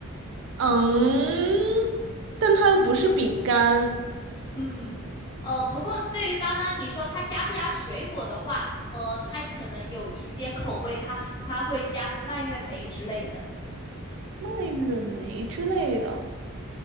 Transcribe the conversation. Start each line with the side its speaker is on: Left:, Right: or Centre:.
Right: 嗯，但它又不是饼干，
Left: 嗯，呃，不过对于刚刚你说它加不加水果的话，呃，它可能有一些口味它，它会加蔓越莓之类的。
Right: 蔓越莓之类的。